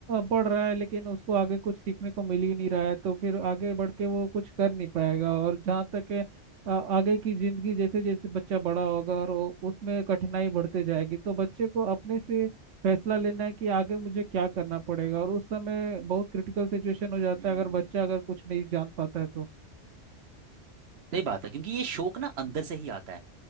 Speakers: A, on the right; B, on the right.
A: पढ़ रहा है लेकिन उसको आगे कुछ सीखने को मिल ही नहीं रहा है तो फिर आगे बढ़ के वो कुछ कर नहीं पाएगा और जहाँ तक है अ, आगे की जिंदगी जैसे जैसे बच्चा बड़ा होगा और वो- उसमें कठिनाई बढ़ते जाएगी तो बच्चे को अपने से फैसला लेना है कि आगे मुझे क्या करना पड़ेगा और उस समय बहुत क्रिटिकल सिचुएशन हो जाता
B: हम्म
A: है अगर बच्चा अगर कुछ नहीं जान पाता है तो
B: सही बात है क्योंकि ये शौक ना अंदर से ही आता है